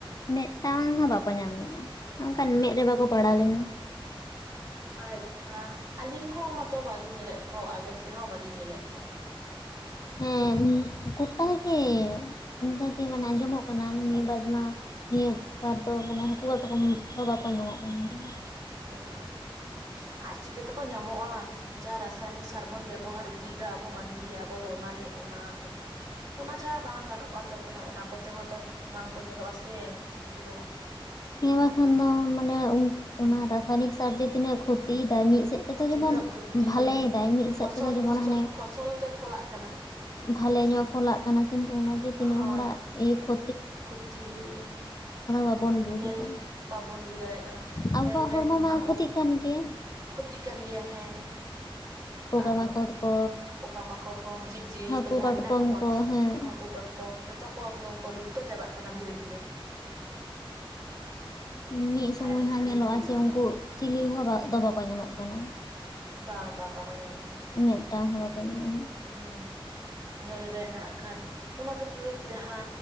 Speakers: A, on the left; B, on the right.
A: ᱢᱤᱫᱴᱟᱝ ᱦᱚᱸ ᱵᱟᱠᱚ
B: ᱟᱪᱪᱷᱟ
A: ᱧᱟᱢ ᱞᱮᱱᱟ ᱱᱚᱝᱠᱟᱱ ᱢᱮᱫ ᱨᱮ ᱵᱟᱠᱚ ᱯᱟᱲᱟᱣ ᱞᱮᱱᱟ᱾
B: ᱟᱪᱪᱷᱟ ᱟᱹᱞᱤᱧ ᱦᱚᱸ ᱢᱚᱛᱚ ᱵᱟᱞᱤᱧ ᱧᱮᱞᱮᱜ ᱠᱚ ᱟᱞᱮ ᱥᱮᱱ ᱦᱚᱸ ᱵᱟᱞᱤᱧ ᱧᱮᱞᱮᱜ ᱠᱚ᱾
A: ᱦᱮᱸ ᱜᱚᱴᱟ ᱜᱮ ᱚᱱᱠᱟ ᱜᱮ ᱢᱟᱱᱮ ᱟᱡᱚᱢᱚᱜ ᱠᱟᱱᱟ
B: ᱦᱮᱸ
A: ᱱᱤᱭᱟᱹ ᱵᱟᱨ ᱢᱟ ᱱᱤᱭᱟᱹ ᱵᱟᱨ ᱫᱚ ᱢᱟᱱᱮ ᱦᱟᱹᱠᱩ ᱠᱟᱴᱠᱚᱢ ᱫᱚ ᱵᱟᱠᱚ ᱧᱟᱢᱚᱜ ᱠᱟᱱ ᱜᱮᱭᱟ᱾
B: ᱫᱟᱠᱚ ᱧᱟᱢᱚᱜ ᱠᱟᱱᱟ, ᱟᱨ ᱪᱤᱠᱟᱹ ᱛᱮᱠᱚ ᱧᱟᱢᱚᱜᱼᱟ ᱡᱟ ᱨᱟᱥᱟᱭᱚᱱᱤᱠ ᱥᱟᱨ ᱵᱚᱱ ᱵᱮᱵᱚᱦᱟᱨ ᱤᱫᱤᱭᱮᱫᱟ ᱟᱵᱚ ᱢᱟᱹᱱᱢᱤ ᱟᱵᱚ ᱫᱚ ᱚᱱᱟᱱᱮ ᱚᱱᱟ ᱠᱷᱟᱡ ᱚᱱᱟ ᱪᱷᱟᱲᱟ ᱵᱟᱝ ᱜᱟᱱᱚᱜ ᱠᱟᱱ ᱛᱟᱵᱚᱱᱟ ᱚᱱᱟ ᱠᱚᱛᱮ ᱦᱚᱸ ᱛᱚ ᱵᱟᱝᱠᱚ ᱧᱮᱞᱚᱜᱼᱟ ᱥᱮ? ᱩᱱᱠᱩ ᱫᱚ᱾
A: ᱦᱮᱸ ᱵᱟᱠᱷᱟᱱ ᱫᱚ ᱢᱟᱱᱮ ᱩᱸ
B: ᱦᱩᱸ
A: ᱚᱱᱟ ᱨᱟᱥᱟᱭᱱᱤᱠ ᱥᱟᱨ ᱡᱮ ᱛᱤᱱᱟᱹᱜ ᱠᱷᱚᱛᱤᱭ ᱫᱟᱭ ᱢᱤᱫ ᱥᱮᱫ ᱛᱮᱫᱚ
B: ᱛᱤᱱᱟᱹᱜ
A: ᱡᱮᱢᱚᱱ
B: ᱠᱷᱚᱛᱤᱭᱮᱫᱟᱭ
A: ᱵᱷᱟᱞᱮᱭ ᱫᱟᱭ ᱢᱤᱫ
B: ᱯᱷᱚᱥᱚᱞ
A: ᱥᱮᱫ ᱛᱮᱫᱚ ᱡᱮᱢᱚᱱ
B: ᱯᱷᱚᱥᱚᱞ
A: ᱦᱟᱸᱱᱮ
B: ᱯᱷᱚᱥᱚᱞ ᱛᱮ ᱯᱷᱚᱞᱟᱜ ᱠᱟᱱᱟ
A: ᱵᱷᱟᱞᱮ
B: ᱦᱮᱸᱥᱮ
A: ᱧᱚᱜ ᱯᱷᱚᱞᱟᱜ ᱠᱟᱱᱟ ᱠᱤᱱᱛᱩ ᱚᱱᱟ ᱡᱮ ᱛᱤᱱᱟᱹᱜ
B: ᱦᱳᱭ
A: ᱦᱚᱲᱟᱜ
B: ᱦᱳᱭ
A: ᱮ ᱠᱷᱚ
B: ᱠᱷᱚᱛᱤ ᱦᱩᱭᱩᱜ ᱠᱟᱱᱟ᱾
A: ᱵᱟᱵᱚᱱ ᱵᱩᱡᱽ
B: ᱧᱮᱞ
A: ᱮᱫᱟ
B: ᱵᱟᱵᱚᱱ ᱵᱩᱡᱽ ᱫᱟᱲᱮᱭᱟᱜ ᱠᱟᱱᱟ
A: ᱟᱵᱚᱣᱟᱜ
B: ᱧᱮᱞ ᱵᱮᱱ
A: ᱦᱚᱲᱢᱚ ᱢᱟ
B: ᱟᱵᱚ
A: ᱠᱷᱚᱛᱤᱜ ᱠᱟᱱ ᱜᱮ
B: ᱠᱷᱚᱛᱤᱜ ᱠᱟᱱ ᱜᱮᱭᱟ ᱦᱮᱸ᱾
A: ᱯᱚᱜᱟ
B: ᱟᱨᱚ
A: ᱢᱟᱠᱚᱲ ᱠᱚ᱾
B: ᱯᱚᱠᱟ ᱢᱟᱠᱚᱲ ᱠᱚ ᱡᱤᱵᱽ ᱡᱤᱭᱟᱹᱞᱤ
A: ᱦᱟᱹᱠᱩ
B: ᱠᱚ ᱡᱟᱦᱟᱸ
A: ᱠᱟᱴᱠᱚᱢ
B: ᱢᱮᱱᱟᱜ ᱠᱚᱣᱟ
A: ᱠᱚ ᱦᱮᱸ
B: ᱟ ᱦᱟᱹᱠᱩ ᱠᱟᱴ ᱠᱚ ᱡᱷᱚᱛᱚ ᱠᱚ ᱮᱠᱫᱚᱢ ᱠᱚ ᱞᱩᱯᱛᱚ ᱪᱟᱵᱟᱜ ᱠᱟᱱᱟ ᱫᱷᱤᱨᱮ ᱫᱷᱤ
A: ᱦᱮᱸ ᱢᱤᱫ ᱥᱚᱢᱚᱭ
B: ᱟᱨ
A: ᱦᱟᱸᱜ ᱧᱮᱞᱚᱜᱼᱟ
B: ᱤᱭᱟᱹ
A: ᱡᱮ ᱩᱝᱠᱩ ᱪᱤᱞᱤ ᱦᱚᱸ ᱨᱟᱜ ᱫᱚ ᱵᱟᱠᱚ ᱧᱟᱢᱚᱜ ᱠᱟᱱᱟ᱾
B: ᱵᱟᱝ ᱵᱟᱝ ᱵᱟᱠᱚ ᱧᱟᱢᱚᱜ ᱠᱟᱱᱟ᱾
A: ᱢᱤᱫᱴᱟᱝ ᱦᱚᱸ ᱵᱟᱠᱚ ᱧᱮᱞᱚᱜ ᱦᱤᱜ᱾
B: ᱦᱮ ᱧᱮᱞ ᱵᱮᱱ ᱦᱟᱜ ᱠᱷᱟᱱ ᱚᱱᱟ ᱠᱷᱟᱹᱛᱤᱨ ᱡᱟᱦᱟ